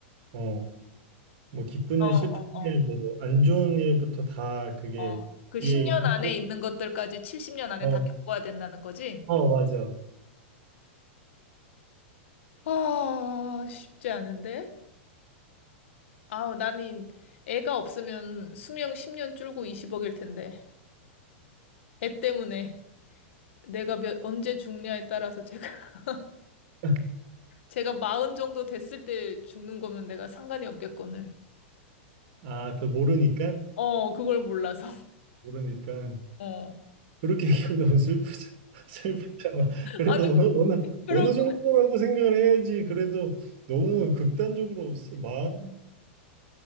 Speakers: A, on the right; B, on the left.
A: 어, 뭐 기쁜
B: 어,
A: 일,
B: 어,
A: 슬픈 일,
B: 어.
A: 뭐 안 좋은 일부터 다 그게
B: 어, 그
A: 뒤에
B: 10년
A: 있는
B: 안에
A: 거-
B: 있는 것들까지 70년 안에
A: 어,
B: 다 겪어야 된다는 거지?
A: 어, 맞아.
B: 아, 쉽지 않은데? 아우, 나는 애가 없으면 수명 10년 줄고 20억일 텐데. 애 때문에 내가 몇, 언제 죽냐에 따라서 제가, <laughs>
A: <laughs>
B: 제가 마흔 정도 됐을 때 죽는 거면 내가 상관이 없겠거늘.
A: 아, 그걸 모르니까?
B: 어, 그걸 몰라서. <laughs>
A: 모르니까.
B: 어.
A: 그렇게 얘기하면 너무 슬프잖아. <laughs> 슬프잖아. 그래도
B: 아니,
A: 어느, 어느,
B: 그러고,
A: 어느 정도라고 생각을 해야지. 그래도 너무 극단적으로 쓰- 마음